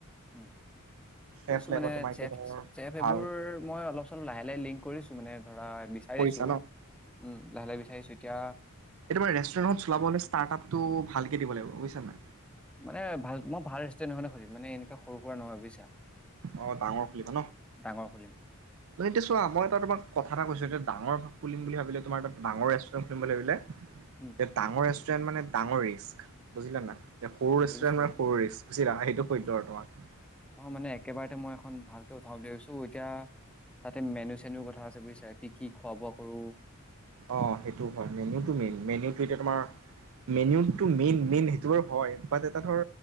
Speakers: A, in the centre; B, on the right.
A: উ,
B: চেফ
A: কৈছো
B: লাগিব
A: মানে
B: তোমাৰ এতিয়া
A: চেফ
B: ধৰ
A: চেফ
B: ভাল
A: এইবোৰ মই অলপ চ লাহে লাহে লিংক কৰিছো মানে ধৰা বিচাৰিছোঁ,
B: কৰিছা ন
A: উম লাহে লাহে বিচাৰিছোঁ তেতিয়া তে
B: কেতিয়াবা ৰেষ্টুৰেণ্ট এখন চলাবলৈ হ'লে ষ্টাৰ্ট‌ আপ টো ভালকে দিব লাগিব বুইছা নাই?
A: মানে ভাল মই ভাল ৰেস্তোৰেন্ট এখনে খুলিম মানে এন এ সৰু সুৰা নহয় বুজিছা,
B: অঁ ডাঙৰ খুলিবা
A: ডাঙৰ খুলিম।
B: ন এতিয়া চোৱা মই এটা তোমাক কথা এটা কৈছোঁ যে ডাঙৰ খুলিম বুলি ভাবিলে তোমাৰ এটা ডাঙৰ ৰেষ্টুৰেণ্ট খুলিম বুলি ভাবিলে
A: উম
B: এ ডাঙৰ ৰেচ ৰেণ্ট মানে ডাঙৰ ৰিক্স্, বুজিলা নাই? এ সৰু ৰেষ্টুৰেণ্টত
A: বুজিছো বাৰু
B: সৰু ৰিক্স বুজিলা <unintelligible> টো কৈ দিলো আৰু তোমাক।
A: অ মানে একেবাৰতে মই এখন ভালকে উঠাম বুলি ভাবিছো, এতিয়া তাতে মেনু চেনু কথা আছে বুইছা, কি কি খোৱা বোৱা কৰো
B: অ সেইটো হয় মেনুটো মেইন, মেনুটো এতিয়া তোমাৰ মেনুটো মেইন মেইন সেইটো বাৰু হয়, বাত এটা ধৰ